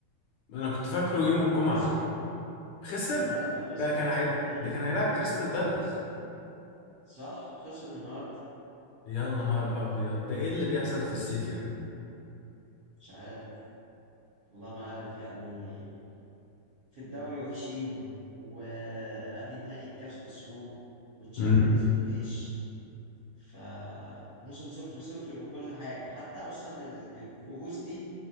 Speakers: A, on the left; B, on the right.
A: انا كنت فاكره يوم الجمعه
B: خسر
A: خسر
B: لا ده خسر
A: ده كان هي...
B: امم
A: ده كان هيلعب كريستال بالاس
B: صح خسر النهارده
A: يا نهار ابيض ده ايه اللي بيحصل في السيتي ده
B: مش عارف والله ما عارف يعني في الدوري وحشين وادي نهائي الكاس خسروه والتشامبيونز
A: مم.
B: مفيش فموسم صفر صفر من كل حاجة حتى أصلا ال- الكؤوس دي